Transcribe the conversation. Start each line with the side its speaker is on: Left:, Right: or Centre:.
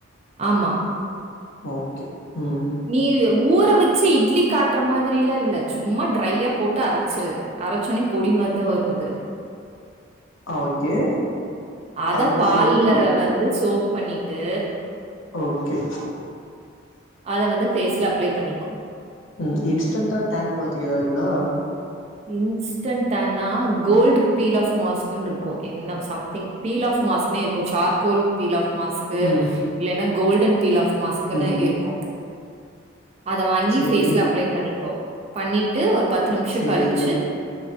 Right: ஆமா
Left: ஓகே ம்
Right: நீ ஊற வச்சு இட்லி காட்டுற மாதிரிலா இல்ல சும்மா டிரையா போட்டு அரைச்சுரு அரைச்சோன்னே பொடி மாரிதா வரு அது
Left: ஆ ஓகே
Right: அத
Left: அது கூட
Right: பால்ல
Left: சேத்தி
Right: வந்து சோப் பண்ணிட்டு
Left: ஓகே
Right: அத வந்து ஃபேஸ்ல அப்ளே பண்ணிக்கோ
Left: ம் இன்ஸ்டன்டா டேன் போறதுக்கு ஏதாதுக்குதா
Right: இன்ஸ்டன்ட்டானா கோல்டு பீல் ஆஃப் மாஸ்குனு இருக்கும் என்ன சம்திங் பீல் ஆஃப் மாஸ்க்னே இருக்கும் சார்கோல் பீல் ஆஃப் மாஸ்க் க்கு
Left: ம்
Right: இல்லன்னா கோல்டன் பீல் ஆப் மாஸ்க்கன்னு
Left: ம்
Right: இருக்கும் அத வாங்கி
Left: சரி
Right: ஃபேஸ்ல அப்ளை பண்ணிக்கோ பண்ணிட்டு ஒரு பத்து நிமிஷம்
Left: சரிங்க
Right: கழிச்